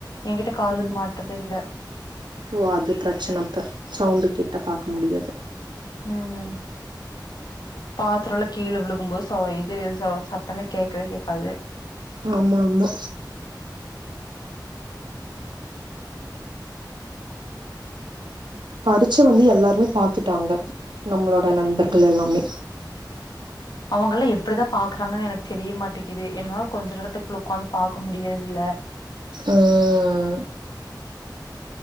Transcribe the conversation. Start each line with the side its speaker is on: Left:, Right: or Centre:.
Left: என்கிட்ட காதுக்கு
Right: உம்
Left: மாட்டறது இல்ல
Right: ஓ அது பிரச்சன அப்ப சவுண்டு கேட்டா பாக்க முடியாது
Left: ம் ம்பாத்ரோலா கீழ விழுகும் போது சோ இது சோ சத்தமே கேட்கவே கேக்காது
Right: ஆமா ஆமா பரிச்ச வந்து எல்லாருமே பாத்துட்டாங்க நம்மளோட நண்பர்கள் எல்லாமே
Left: அவுங்கல்லாம் எப்டிதான் பாக்குறாங்கன்னு எனக்கு தெரிய மாட்டேக்குது என்னால கொஞ்ச நேரத்துக்குள்ள ஒக்காந்து பாக்க முடியறதுல
Right: உம்